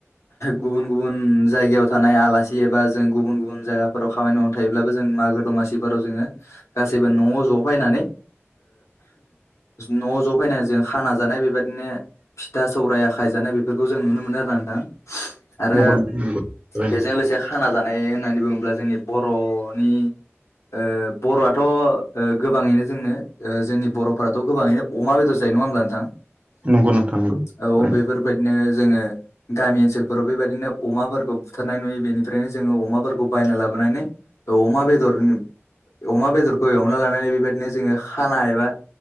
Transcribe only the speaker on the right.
नंगौ नोंथां नंगौ थारैनो,
नंगौ नोंथां नंगौ
थारैनो,